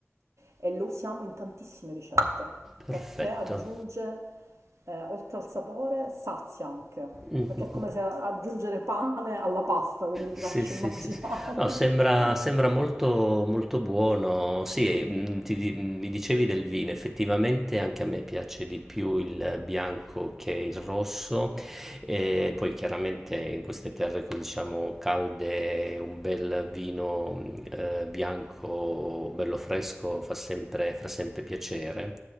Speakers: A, on the right; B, in the centre.
A: e lo usiamo in tantissime ricette
B: Perfetto.
A: perché aggiunge, eh, oltre al sapore, sazia anche,
B: Mm.
A: perché è come se aggiungere pane alla pasta, quindi ti
B: Sì,
A: lascio
B: sì,
A: immaginare.
B: sì, sì. No, sembra,
A: <laughs>
B: sembra molto, molto buono. Sì, e, mm, ti di- mm, mi dicevi del vino, effettivamente anche a me piace di più il bianco che il rosso. E poi chiaramente in queste terre, diciamo, calde, un bel vino mm, eh, bianco, bello fresco, fa sempre, fa sempre piacere.